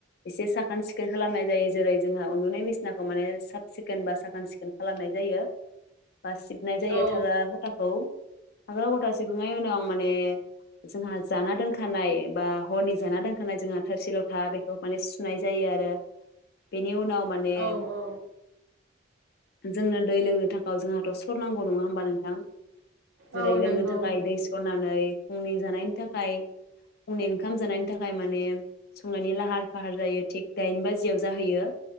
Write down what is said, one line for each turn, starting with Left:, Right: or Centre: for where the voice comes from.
Left: एसे साखोन सि सिखोन खालामनाय जायो जेरै जोंहा उन्दुनाय बिसिनाखौ माने साब सिखोन बा साखोन सिखोन खालामनाय जायो। बा सिबनाय जायो
Right: औ
Left: थाग्रा खथाखौ। थाग्रा खथा सिबखांनायनि उनाव आं माने जोंहा जाना दोनखानाय बा हरनि जाना दोनखानाय जोंहा थोरसि-लथा बेखौ माने सुनाय जायो आरो बे नि उनाव माने
Right: औ औ
Left: जोंनो दै लोंनो थाखाय जोंहा थ' सरनांगौ नङा होमबा नोंथां जेरै
Right: औ
Left: लोंनो
Right: नंगौ
Left: थाखाय दै सरनानै फुंनि जानायनि था खाय फुंनि ओंखाम जानायनि थाखाय माने संनानै लाहार-फाहार जायो थिग दाइन बाजिआव जाहैयो